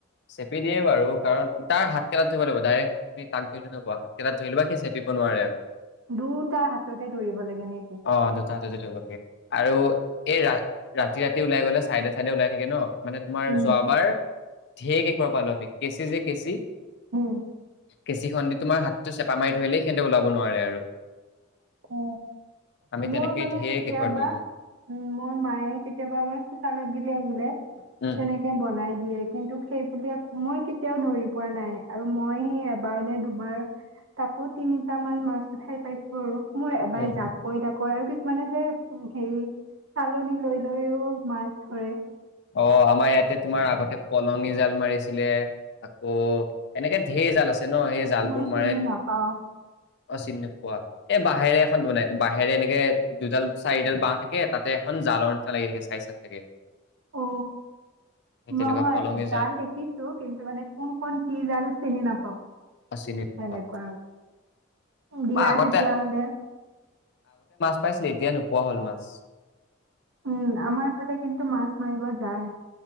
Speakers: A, on the left (about 60°); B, on the right (about 70°).
A: চেপি দিয়ে বাৰু কাৰণ তাৰ হাতকেইটাত ধৰিব লাগিব ডাইৰেক্ট তুমি তাক ধৰিলে নপোৱা হাতকেইটাত ধৰি লবা সি চেপিব নোৱাৰে আৰু।
B: দুটা হাততে ধৰিব লাগে নেকি
A: অ', দুটা হতেদি ধৰিব লাগে, আৰু এই ৰাতি ৰাতি ওলাই গলে চাইডে চাইডে ওলাই থাকে ন'। মানে তোমাৰ
B: উম
A: যোৱাবাৰ ঢেৰ কেঁকোৰা পালো আমি কেঁচি যে কেঁচি
B: উম
A: কেঁচি খন দি তোমাৰ হাতটো চেপা মাৰি ধৰিলে সিয়ন্তে ওলাব নোৱাৰে আৰু
B: অ
A: আমি
B: মোৰ
A: তেনেকে
B: মানে
A: ঢেৰ
B: কেতিয়াবা
A: কেঁকোৰা ধৰিলো
B: উ মোৰ মায়ে কেতিয়াবা আমাৰ চোতালত <unintelligible> <inaudible>
A: উম
B: তেনেকে বনাই দিয়ে কিন্তু সেই <unintelligible> মই কেতিয়াও ধৰি পোৱা নাই আৰু মই সেই এবাৰ নে দুবাৰ তাকো তিনিটা মান মাছ উঠাই পাইছো আৰু মই এবাৰ
A: উম।
B: যা <unintelligible> <inaudible> মানে যে হেৰি চালনি লৈ লৈও মাছ ধৰে
A: অ আমাৰ ইয়াতে তোমাৰ আগতে পলঙি জাল মাৰিছিলে আকৌ এনেকে ঢেৰ জাল আছে <unintelligible> ন সেই জাল
B: মই
A: বোৰ
B: চিনি
A: মাৰে
B: নাপাওঁ
A: অচিন নোপোৱা এ বাঁহেৰে <unintelligible> <unintelligible> বাঁহেৰে এনেকে দুডাল চাৰিডাল বাঁহ থাকে তাতে এখন জালৰ নিচনা লাগি থাকে <unintelligible> তাকে
B: অ
A: তেনেকুৱা
B: নহয়
A: পলঙি
B: জাল দেখিছো কিন্তু মানে কোনখন কি জাল চিনি নাপাও
A: অ চিনি নোপোৱা
B: সেনেকুৱা দিয়া
A: মই আগতে
B: তেতিয়া হলে
A: পাইছিল এতিয়া নোপোৱা হ'ল মাছ
B: উম, আমাৰ ফালে কিন্তু মাছ মাৰিব যায়।